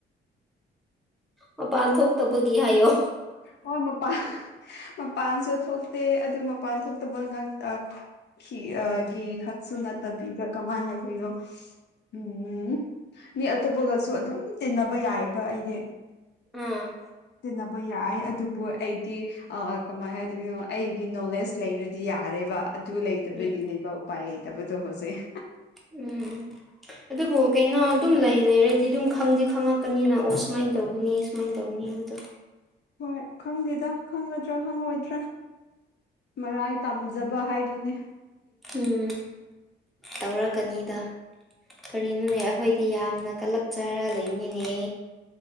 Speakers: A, in the centre; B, on the left.
A: ꯃꯄꯥꯟ ꯊꯣꯛꯇꯕꯒꯤ ꯍꯥꯏꯌꯣ
B: ꯍꯣꯏ ꯃꯄꯥꯟ ꯃꯄꯥꯟꯁꯨ ꯊꯣꯛꯇꯦ ꯑꯗꯨ ꯃꯄꯥꯟ ꯊꯣꯛꯇꯕ ꯉꯛꯇ ꯈꯤ ꯑꯥ ꯒꯤ ꯈꯛꯁꯨ ꯅꯠꯇꯕꯤꯕ ꯀꯃꯥꯏ ꯍꯥꯏꯗꫭꯏꯅꯣ ꯎꯝ ꯃꯤ ꯑꯇꯣꯞꯄꯒꯁꯨ ꯑꯗꯨꯝ ꯇꯤꯟꯅꯕ ꯌꯥꯏꯌꯦꯕ ꯑꯩꯗꯤ
A: ꯎꯝ
B: ꯇꯤꯟꯅꯕ ꯌꯥꯏ ꯑꯗꯨꯕꯨ ꯑꯩꯗꯤ ꯑꯥ ꯑ ꯀꯃꯥꯏ ꯍꯥꯏꯗꯣꯏꯅꯣ ꯑꯩꯒꯤ ꯅꯣꯂꯦꯖ ꯂꯩꯔꯗꯤ ꯌꯥꯔꯦꯕ ꯑꯗꯨ ꯂꯩꯇꯕꯒꯤꯅꯦꯕ
A: ꯎꯝ
B: ꯎꯄ ꯄꯥꯏ ꯂꯩꯇꯕꯗꯨ ꯍꯧꯖꯤꯛ
A: ꯎꯝ ꯑꯗꯨꯕꯨ ꯀꯩꯅꯣ ꯑꯗꯨꯝ ꯂꯩ ꯂꯩꯔꯗꯤ ꯑꯗꯨꯝ ꯈꯪꯗꯤ ꯈꯪꯉꯛꯀꯅꯤꯅ ꯑꯣ ꯁꯨꯃꯥꯏꯟ ꯇꯧꯒꯅꯤ ꯁꯨꯃꯥꯏꯟ ꯇꯧꯅꯤ ꯍꯥꯏꯕꯗꯣ
B: ꯍꯣꯏ ꯈꯪꯗꯦꯗ ꯈꯪꯒꯗ꯭ꯔꯥ ꯈꯪꯉꯣꯏꯗ꯭ꯔꯥ ꯃꯔꯥꯏ ꯇꯥꯝꯖꯕ ꯍꯥꯏꯗꯨꯅꯤ
A: ꯎꯝ ꯇꯧꯔꯛꯀꯅꯤꯗ ꯀꯔꯤꯅꯣꯅꯦ ꯑꯈꯣꯏꯗꯤ ꯌꯥꯝꯅ ꯀꯂꯛꯆꯔꯒ ꯂꯩꯕꯅꯤꯅꯦ